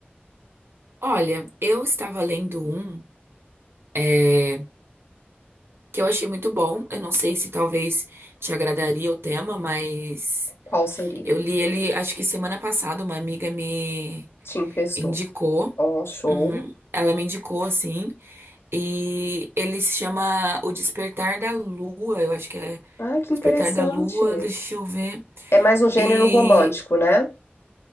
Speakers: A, on the right (about 75°); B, on the left (about 85°).
A: Olha, eu estava lendo um, é, que eu achei muito bom. Eu não sei se talvez te agradaria o tema, mas
B: Qual seria?
A: eu li ele, acho que semana passada, uma amiga me
B: Te emprestou?
A: indicou.
B: Ó, show.
A: Uhum. Ela me indicou, assim. E ele se chama O Despertar da Lua, eu acho que é
B: Ah, que
A: O Despertar
B: interessante.
A: da Lua, deixa eu ver.
B: É mais um gênero
A: E
B: romântico, né?